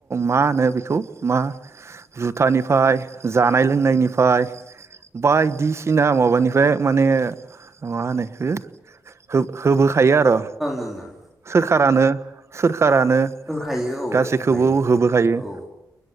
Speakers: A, on the right (about 40°); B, in the centre.
A: मा होनो बेखौ मा जुथानिफाय जानाय लोंनायनिफाय बायदिसिना माबानिफाय माने मा होनो इखो होबोखायो आरअ
B: ओं ओं
A: सोखारानो <unintelligible> नो
B: होखायो औ
A: गासैखौबो
B: होखायो
A: <unintelligible>
B: होखायो औ